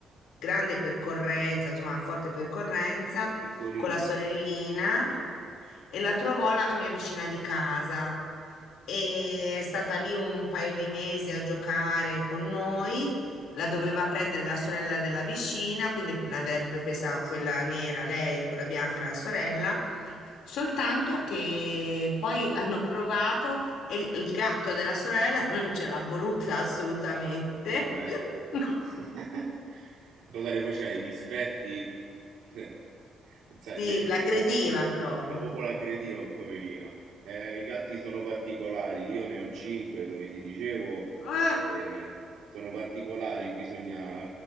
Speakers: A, on the left; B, on the right.
A: grande percorrenza, insomma, a forte percorrenza,
B: Piccolino,
A: con la sorellina e la trovò la mia vicina di casa. E è stata lì un paio di mesi a giocare con noi la doveva prendere la sorella della vicina, quindi l'avrebbe presa quella nera lei, quella bianca la sorella, soltanto che poi hanno provato e il gatto della sorella <laughs> non ce l'ha voluta assolutamente,
B: no,
A: <laughs>
B: eh?
A: No.
B: <laughs> Cosa le faceva? I dispetti? <laughs> sai,
A: Sì,
B: le-
A: l'aggrediva
B: la,
A: proprio.
B: la popola aggrediva, poverina. Eh, i gatti sono particolari, io ne ho cinque, come ti dicevo,
A: Ah,
B: eh, sono particolari, bisogna